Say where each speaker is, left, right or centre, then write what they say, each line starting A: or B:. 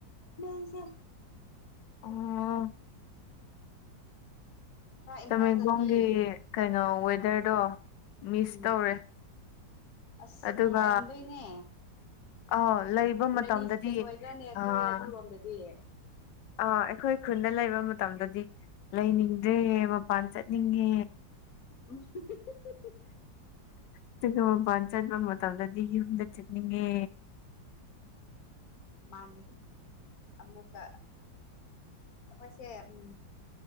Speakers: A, on the left; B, on the left.
A: ꯃꯩꯁꯦ
B: ꯑꯣ
A: ꯈꯔ ꯏꯝꯐꯥꯜꯗꯗꯤ
B: ꯇꯃꯦꯡꯂꯣꯡꯒꯤ ꯀꯩꯅꯣ ꯋꯦꯗꯔꯗꯣ ꯃꯤꯁ
A: ꯎꯝ
B: ꯇꯧꯔꯦ
A: ꯑꯁ
B: ꯑꯗꯨꯒ
A: ꯅꯨꯡꯉꯥꯏꯔꯝꯗꯣꯏꯅꯦ
B: ꯑꯥ ꯂꯩꯕ
A: ꯔꯦꯅꯤ
B: ꯃꯇꯝꯗꯗꯤ
A: ꯁꯤꯖꯟ ꯑꯣꯏꯗ꯭ꯔꯥꯅꯦ ꯑꯩꯈꯣꯏ
B: ꯑꯥ
A: ꯑꯗꯨꯔꯣꯝꯗꯗꯤ
B: ꯑꯥ ꯑꯩꯈꯣꯏ ꯈꯨꯟꯗ ꯂꯩꯕ ꯃꯇꯝꯗꯗꯤ ꯂꯩꯅꯤꯡꯗ꯭ꯔꯦ ꯃꯄꯥꯟ ꯆꯠꯅꯤꯡꯉꯦ
A: <unintelligible>
B: ꯑꯗꯨꯒ ꯃꯄꯥꯟ ꯆꯠꯄ ꯃꯇꯝꯗꯗꯤ ꯌꯨꯝꯗ ꯆꯠꯅꯤꯡꯉꯦ
A: ꯃꯥꯅꯤ ꯑꯃꯨꯛꯀ ꯑꯩꯈꯣꯏꯁꯦ ꯎꯝ